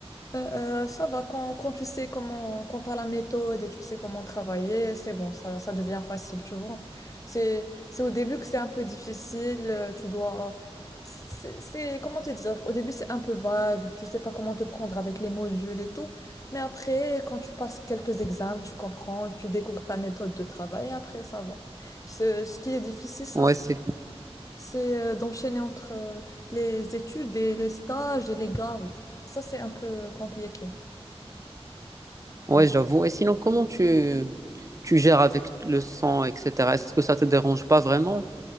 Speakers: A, on the left (about 30°); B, on the right (about 30°).
A: Euh, euh, ça va quand, quand tu sais comment, quand t'as la méthode et tu sais comment travailler, c'est bon, ça, ça devient facile, tu vois. C'est, c'est au début que c'est un peu difficile, euh, tu dois, c'est, c'est- comment te dire, au début c'est un peu vague, tu sais pas comment te prendre avec les modules et tout, mais après, quand tu passes quelques examens, tu comprends, tu découvres ta méthode de travail et après ça va. Ce, ce qui est difficile, ça,
B: Ouais,
A: c'est
B: c'est...
A: c'est, euh, d'enchaîner entre euh, les études et le stage et les gardes. Ça, c'est un peu compliqué.
B: ouais,
A: Non.
B: j'avoue. Et sinon, comment tu... tu gères avec le sang, etc. Est-ce que ça te dérange pas vraiment